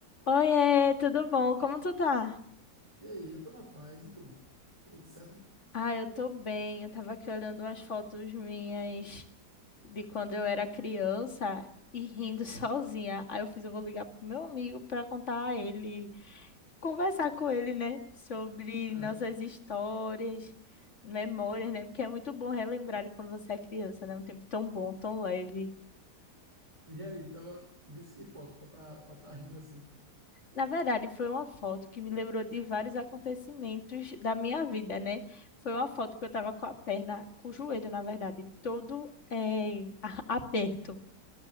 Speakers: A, on the left; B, on the right.
A: Oiê, tudo bom? Como tu tá?
B: E aí, eu tô na paz, e tu? Tá tudo certo?
A: Ah, eu tô bem. Eu tava aqui olhando umas fotos minhas de quando eu era criança e rindo <laughs> sozinha. Aí eu fiz, eu vou ligar pro meu amigo pra contar a ele, conversar com ele, né, sobre
B: É.
A: nossas histórias, memórias, né? Porque é muito bom relembrar de quando você é criança, né? Um tempo tão bom, tão leve.
B: E aí, tava, visse que foto pra tá, pra tá rindo assim.
A: Na verdade, foi uma foto que me lembrou de vários acontecimentos da minha vida, né? Foi uma foto que eu tava com a perna, com o joelho, na verdade, todo eh, a- aperto.